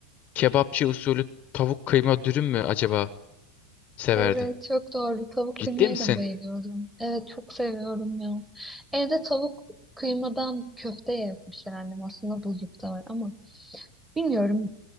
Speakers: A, on the left; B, in the centre.
A: kebapçı usulü tavuk kıyma dürüm mü acaba severdin?
B: Evet çok doğru. Tavuk kıymaya
A: Ciddi misin?
B: da bayılıyorum. Evet çok seviyorum ya. Evde tavuk kıymadan köfte yapmışlar annem. Aslında buzlukta var ama bilmiyorum.